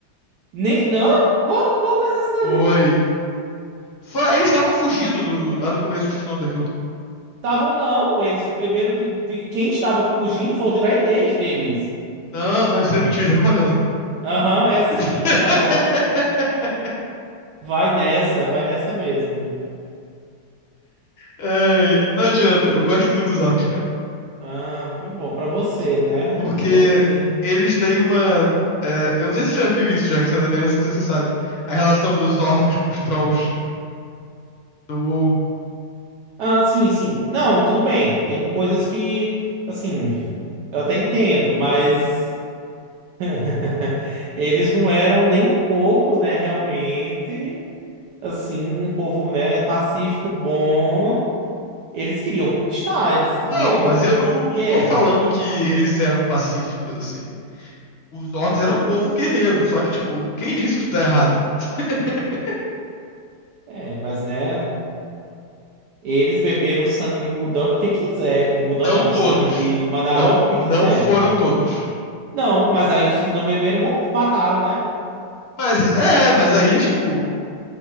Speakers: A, on the right; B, on the left.
A: nem não, qual, qual necessidade?
B: Foi. Fa- Eles estavam fugindo do, lá no começo, do o nome daquilo.
A: Estavam não, não, eles beberam de, de- quem estava fugindo foi os Draenês deles.
B: Não, não, isso é mentira, isso é propaganda.
A: Aham, é sim,
B: <laughs>
A: tá bom. Vai nessa, vai nessa mesmo.
B: Ai, não adianta, eu gosto muito dos orcs, cara.
A: Ah, que bom pra você, né?
B: Porque
A: Bom de.
B: eles têm uma. é, eu não sei se você já viu isso, já que você é da Aliança, não sei se você sabe. A relação dos orcs com os trolls no WoW.
A: Ah, sim, sim. Não, tudo bem. Tem coisas que, assim, eu até entendo, mas <laughs> Eles não eram nem um pouco, né, realmente, assim, um povo, né, pacífico, bom. Eles queriam conquistar, eles queriam
B: Não, mas eu não, não
A: guerra.
B: tô falando que eles eram pacíficos, assim. Os orcs eram um povo guerreiro, só que, tipo, quem disse que isso tá errado? <laughs>
A: É, mas, né, eles beberam o sangue de Gul'dan porque quiser, de Gul'dan
B: Não
A: não,
B: todos.
A: o sangue de Madarov
B: Não,
A: porque
B: não
A: quiseram.
B: foram todos.
A: Não, mas aí os que não beberam mo- mataram, né?
B: Mas é, mas aí é tipo,